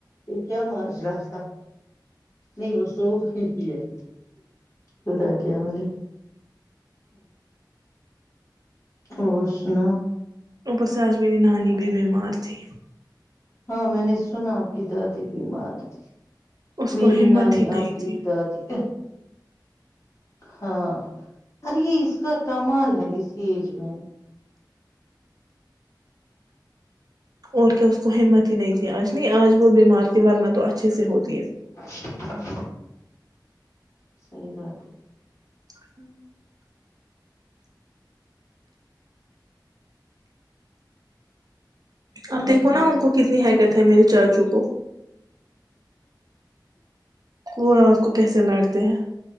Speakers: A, on the left; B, on the right.
A: یہ کیا ماجرا تھا نہیں وہ سو گئی ہے خدا کے حوالے اور سناو
B: اوپر سے آج میری نانی بھی بیمار تھی
A: ہاں میں نے سنا آپ کی دادی بیمار تھی
B: اس کو
A: میری
B: ہمت
A: نانی
B: ہی نہیں
A: آپ کی
B: تھی
A: دادی ہے ہاں ارے یہ اس کا کمال ہے اس ایج میں
B: اور اس کو ہمت ہی نہیں تھی آج نہیں آج وہ بیمار تھی ورنہ تو اچھے سے ہوتی
A: <unintelligible>
B: ہے
A: صحیح بات ہے
B: <inaudible>
A: ہے
B: اب دیکھو
A: اور بات
B: نا ان کو کتنی ہے ہے میرے چاچو کو وہ رات کو کیسے لڑتے ہیں